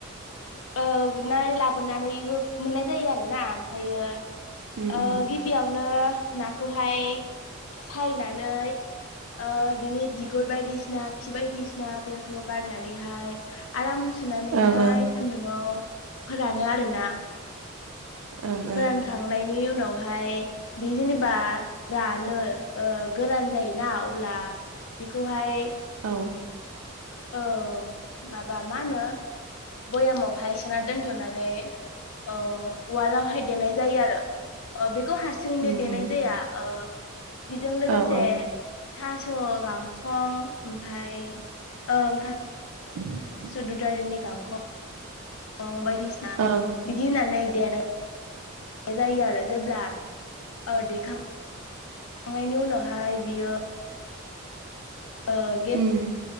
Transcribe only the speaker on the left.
ओ गुरनानै लाबोनानैबो मोननाय जायो आरो ना ओमफ्रायो
गि
गिबियावनो नाखौहाय सायनानै ओ बिनि बिगुर बायदिसिना खि बायदिसिनाफोरखौ गारनानैहाय आराम सुनानैहाय
सान्दुंङाव फोरानो आरोना
फोरानखांनायनि
उनावहाय बे जेनेबा रानो ओ गोरान जायोना अब्ला बेखौहाय
औ माबा मा होनो भयामाव ओमफाय सोना दोनथ'नानै ओ वालावहाय देनाय जायो आरो ओ बेखौ हारसिङैनो
देनाय
जाया ओ बेजों लोगोसे
थास' गांखं ओमफफ्राय ओं था
ददाललिनि गांखं गं बायदिसिना
बिदि होननानै दे जायो आरो जेब्ला ओ देखांनायनि उनावहाय बियो आ गे